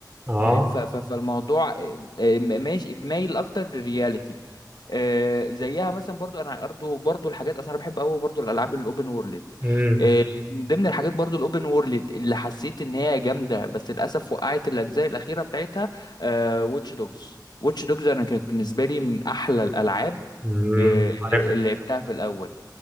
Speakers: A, on the right; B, on the left.
A: اه
B: فاهم ف- ف- فالموضوع آه، آه، ماشي مايل اكتر للرياليتي آه، زيها مثلا برضو انا برضو برضو الحاجات اصلا انا بحب قوي برضو الالعاب الاوبن وورلد
A: امم
B: آه، من ضمن الحاجات برضو الاوبن وورلد اللي حسيت ان هي جامده بس للاسف وقعت الاجزاء الاخيره بتاعتها واتش دوجز واتش دوجز انا كانت بالنسبه لي من احلى الالعاب
A: امم
B: آه،
A: عارف
B: اللي اللي لعبتها في الاول